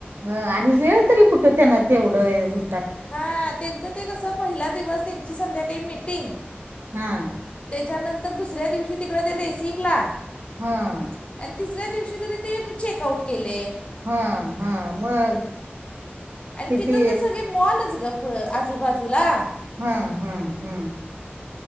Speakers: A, on the right; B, on the left.
A: हा आणि वेळ तरी कुठे त्यांना तेवढं हु
B: हा, त्यांचं ते कस पहिला दिवस त्यांची संध्याकाळी मिटिंग.
A: हम्म.
B: तेच्यानंतर दुसऱ्या दिवशी तिकडे ते रेसिंग ला.
A: हम्म.
B: आणि तिसऱ्या दिवशी जरी ते चेकआउट केलय.
A: हा, हा, मग?
B: आणि
A: किती
B: तिथं ते सगळे मॉलच ग आजूबाजूला.
A: हं, हं, हं.